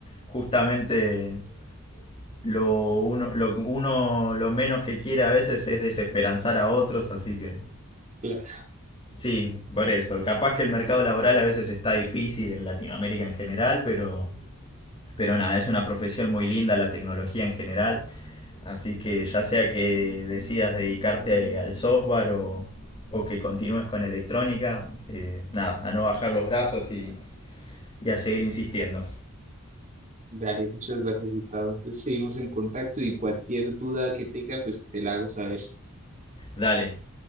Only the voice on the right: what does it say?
Claro.
Dale, muchas gracias, Gustavo. Entonces seguimos en contacto y cualquier duda que tenga, pues te la hago saber.